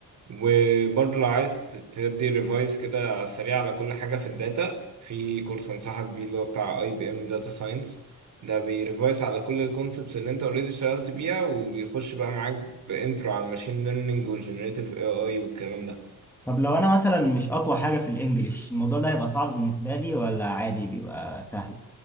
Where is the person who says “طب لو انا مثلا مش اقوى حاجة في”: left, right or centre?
Centre